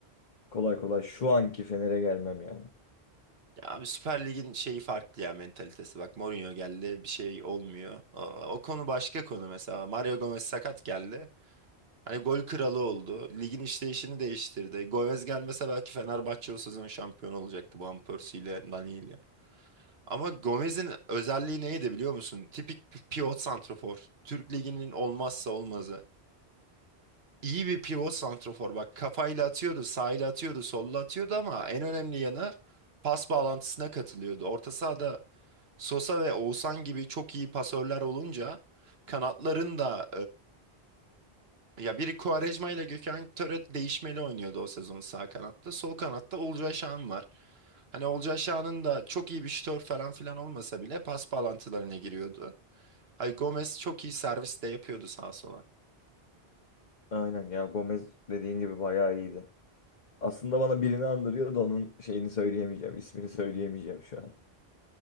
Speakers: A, on the left; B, on the right.
A: kolay kolay şu anki Fener'e gelmem yani.
B: Ya abi Süper Lig'in şeyi farklı ya mentalitesi. Bak Mourinho geldi bir şey olmuyor. O, o konu başka konu mesela. Mario Gomez sakat geldi. Hani gol kralı oldu. Ligin işleyişini değiştirdi. Gomez gelmese belki Fenerbahçe o sezon şampiyon olacaktı Van Persie ile Nani ile. Ama Gomez'in özelliği neydi biliyor musun? Tipik bir pivot santrafor. Türk Ligi'nin olmazsa olmazı. İyi bir pivot santrafor. Bak kafayla atıyordu, sağıyla atıyordu, solla atıyordu ama en önemli yanı pas bağlantısına katılıyordu. Orta sahada Sosa ve Oğuzhan gibi çok iyi pasörler olunca kanatların da Ya biri Quaresma ile Gökhan Töre değişmeli oynuyordu o sezon sağ kanatta. Sol kanatta Olcay Şahan var. Hani Olcay Şahan'ın da çok iyi bir şutör falan filan olmasa bile pas bağlantılarına giriyordu. Hay Gomez çok iyi servis de yapıyordu sağa sola.
A: Aynen ya Gomez dediğin gibi bayağı iyiydi. Aslında bana birini andırıyor da onun şeyini söyleyemeyeceğim. ismini söyleyemeyeceğim şu an.